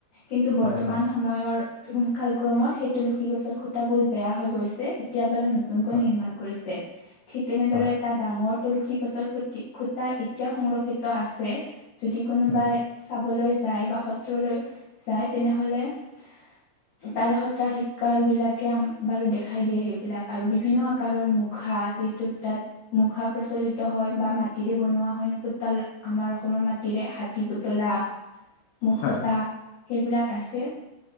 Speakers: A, on the left (about 45°); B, on the left (about 85°).
A: কিন্তু বৰ্তমান
B: হয় হয়
A: সময়ৰ কালক্ৰমত সেই তুলসী গছৰ খুটাবোৰ বেয়া হৈ গৈছে, এতিয়া বাৰু নতুনকৈ
B: হয়
A: নিৰ্মাণ কৰিছে। ঠিক তেনেদৰে
B: হয়
A: এটা ডাঙৰ তুলসী গছৰ খুটি খুটা এতিয়াও সংৰক্ষিত আছে। যদি কোনোবাই
B: উম
A: চাবলৈ যায় বা সত্ৰলৈ যায় তেনেহ'লে <inaudible> তাৰে সত্ৰাধিকাৰ বিলাকে আমাক বাৰু দেখাই দিয়ে সেইবিলাক আৰু বিভিন্ন আকাৰৰ মুখা চৌ ত' তাত মুখা প্ৰচলিত হয় বা মাটিৰে বনোৱা হয় ন পুতলা আমাৰ অসমৰ মাটিৰে হাতী পুতলা মুকুতা
B: হয়
A: সেইবিলাক আছে।